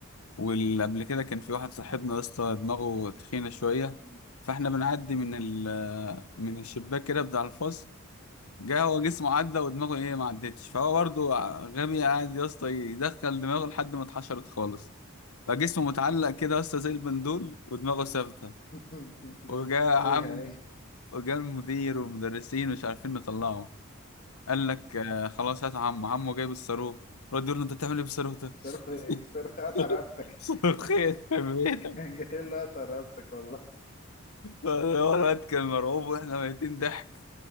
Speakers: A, on the left (about 90°); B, on the left (about 40°).
A: والقبل كده كان في واحد صاحبنا يا اسطى دماغه تخينه شويه
B: مم.
A: فاحنا بنعدي من ال من الشباك كده بتاع الفصل جه هو جسمه عدى ودماغه ايه ما عدتش فهو برضه غبي قاعد يا اسطى يدخل دماغه لحد ما اتحشرت خالص فجسمه متعلق كده يا اسطى زي البندول ودماغه ثابته
B: <laughs>
A: وجا عم
B: ايوه ايوه
A: وجا المدير والمدرسين مش عارفين نطلعه قال لك آه خلاص هات عم عمه جايب الصاروخ رد يقول له انت بتعمل ايه بالصاروخ ده؟
B: صاروخي صاروخي
A: <laughs>
B: قطع رقبتك
A: صاروخين في
B: <laughs>
A: بيتك
B: كان جاي له قطع رقبتك والله
A: هو الواد كان مرعوب واحنا ميتين ضحك